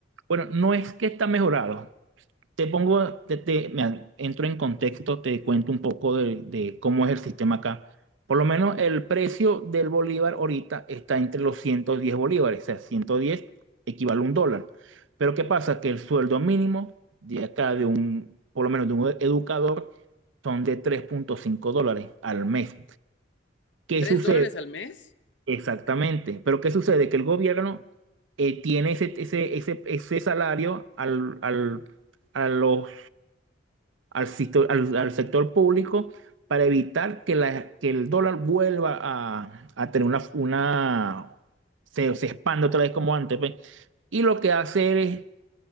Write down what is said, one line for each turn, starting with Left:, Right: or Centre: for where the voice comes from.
Right: bueno, no es que está mejorado, Te pongo, te, te- mira, entro en contexto, te cuento un poco de, de cómo es el sistema acá. Por lo menos el precio del bolívar ahorita está entre los 110 bolívares, o sea, 110 equivale a un dólar. Pero ¿qué pasa? Que el sueldo mínimo de acá, de un, por lo menos de un educador, son de tres punto cinco dólares al mes. ¿Qué
Left: ¿Tres
Right: sucede?
Left: dólares al mes?
Right: Exactamente. Pero ¿qué sucede? Que el gobierno eh, tiene ese, ese, ese, ese salario al, al, a los al, sisto- al- al sector público para evitar que, la- que el dólar vuelva a, a tener una, una se, se expanda otra vez como antes, pues. Y lo que hace es